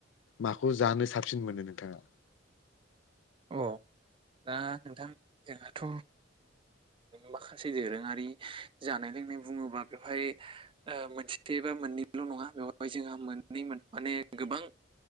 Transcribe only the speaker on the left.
माखौ जानो साबसिन मोनो नोंथाङा